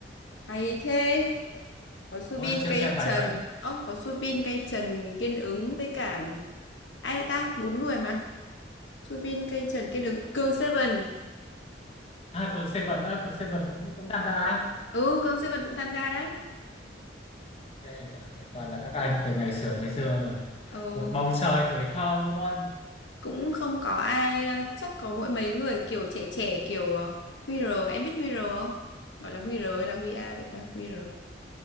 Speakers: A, on the left; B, on the left.
A: hay thế có Subin
B: ôi em chưa
A: cây
B: xem bài
A: trần
B: đấy
A: ơ có Subin cây trần kiên ứng với cả ai đấy ta bốn người mà Subin cây trần kiên ứng Cường Seven
B: À, Cường Seven á, Cường Seven cũng cũng tham gia. á.
A: ừ Cường Seven cũng tham gia đấy
B: Ghê nhỉ, vậy toàn là các anh từ ngày xưa ngày xưa rồi.
A: ừ
B: Một bầu trời tuổi thơ luôn.
A: cũng không có ai ờ, chắc có mỗi mấy người kiểu trẻ trẻ kiểu ờ, Huy R em biết Huy R không gọi là Huy R hay là Huy A vậy ta Huy R